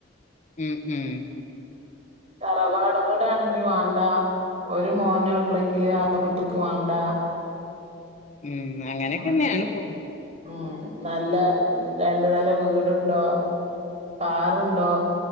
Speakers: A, on the left (about 40°); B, on the right (about 35°).
A: ഉം ഉം
B: പ്രറവാടോടാണെങ്കി വേണ്ട ഒരു മോന ഉള്ളെങ്കില് ആ വീട്ട്ക്ക് വാണ്ട
A: ഉം അങ്ങനെക്കെന്നെയാണിപ്പ
B: അങ്ങനൊക്കെ ഉം നല്ല ന്താണ്ട് നല്ല വീടുണ് ഓ കാറുണ്ടോ